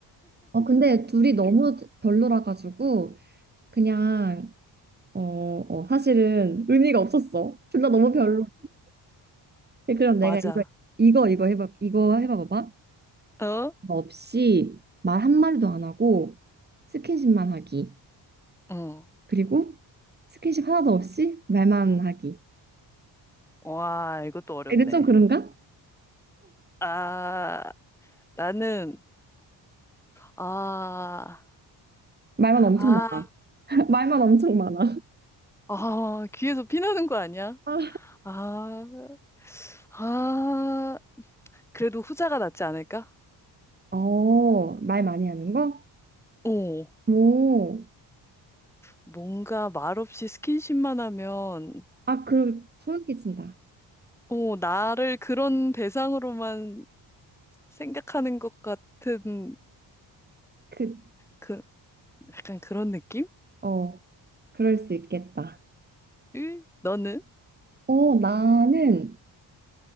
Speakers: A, on the right; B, in the centre.
A: 어, 근데 둘이 너무 별로라 가지고, 그냥 어, 어, 사실은 의미가 없었어. 둘 다 너무 별로. 근데 그럼 내가
B: 맞아.
A: 이거, 이거, 이거 해봐, 이거 해봐봐봐.
B: 어?
A: 뭐 없이 말 한마디도 안 하고 스킨십만 하기.
B: 응.
A: 그리고 스킨십 하나도 없이 말만 하기.
B: 와, 이것도 어렵네.
A: 근데 좀 그런가?
B: 아, 나는, 아,
A: 말만 엄청
B: 아,
A: 많아. <laughs> 말만 엄청 많아.
B: 아, 귀에서 피 나는 거 아니야?
A: 아,
B: 아, 아, 그래도 후자가 낫지 않을까?
A: 어, 말 많이 하는 거?
B: 오,
A: 오,
B: 뭔가 말없이 스킨십만 하면,
A: 아, 그, 소름 끼친다.
B: 오, 나를 그런 대상으로만 생각하는 것 같은,
A: 그치.
B: 그, 약간 그런 느낌?
A: 어, 그럴 수 있겠다.
B: 으, 너는?
A: 어, 나는